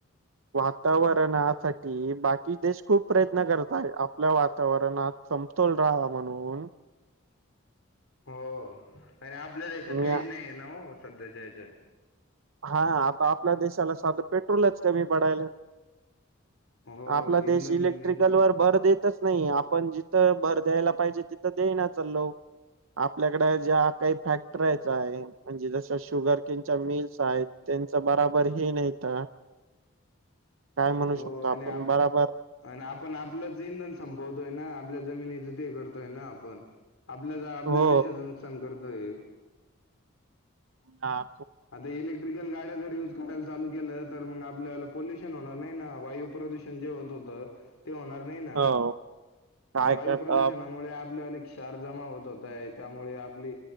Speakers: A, on the right; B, on the left.
A: वातावरणासाठी, बाकी देश खूप प्रयत्न करतय, आपल्या वातावरणात, समतोल राहावा म्हणून,
B: हो आणि आपल्या देशात
A: आणि
B: काहीच नाहीये ना ओ, सध्या च्या यच्यात.
A: हा, आता आपल्या देशाला साधं पेट्रोलच कमी पडायल.
B: हो
A: आपला
B: इंधन
A: देश इलेक्ट्रिकल
B: इंधन
A: वर भर देतच नाहीये, आप पण जिथं भर द्यायला पाहिजे, तिथं देई ना चालो. आपल्याकडे ज्या काही फॅक्टरयच आहे. म्हणजे जस शुगर किनच्या मिल्स आहेत, त्यांच बराबर हे नाहीत, काय म्हणू
B: हो
A: शकतो
B: आणि
A: आपण,
B: आप
A: बराबर
B: आणि आपण आपलंच इंधन संपवतोय ना, आपल्या जमिनीचं ते करतोय ना आपण. आपल्या आपल्याच
A: हो
B: देशाचं नुकसान करतोय.
A: हा.
B: आता इलेक्ट्रिकल गाड्या जर युज करायला, चालू तर मग आपल्याला पोल्युशन होणार नाही ना वायू प्रदूषण जे होत होतं. ते होणार नाही ना
A: हो काय
B: आणि वायू
A: करता
B: प्रदूषणामुळे आपल्याला चार जमा होत होताय त्यामुळे आपली,